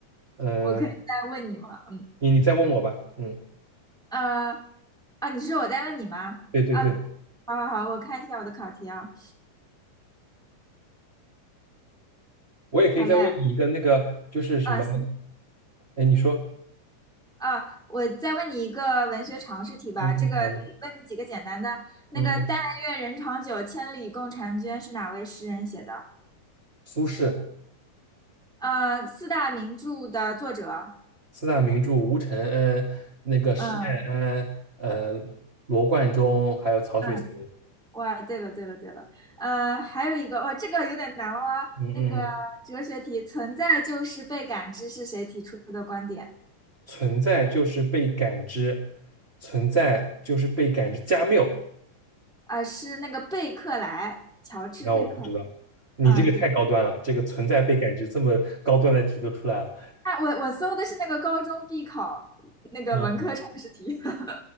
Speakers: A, on the right; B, in the centre.
A: 呃，
B: 我可以再问你嘛，嗯，
A: 你你再问我吧，嗯，
B: 呃，啊，你是说我在问你吗？
A: 对对对，
B: 啊，好好好，我看一下我的考题啊，
A: 我也可以再问你一个那个就是什么，
B: 好嘞，啊，行，
A: 哎，你说，
B: 啊，我再问你一个文学常识题吧，
A: 嗯嗯，
B: 这个问你几个简单的。
A: 好的，
B: 那个“但愿人长久，
A: 嗯嗯，
B: 千里共婵娟”是哪位诗人写的？
A: 苏轼，
B: 呃，四大名著的作者。
A: 四大名著吴承恩、那个施耐庵、
B: 嗯
A: 呃罗贯中，还有曹雪芹。
B: 嗯，哇，对了对了对了，呃，还有一个，哇，这个有点难了啊。
A: 嗯嗯，
B: 那个哲学题，
A: 嗯
B: 存在就是被感知是谁提出的观点？
A: 存在就是被感知，存在就是被感知。加缪，
B: 啊，是那个贝克莱，乔治贝克莱。
A: 那我不知道，你这个太高端了，
B: 嗯，对，
A: 这个存在被感知这么高端的题都出来了。
B: 啊，我我搜的是那个高中必考那个文科常识题。
A: 嗯，
B: <laughs>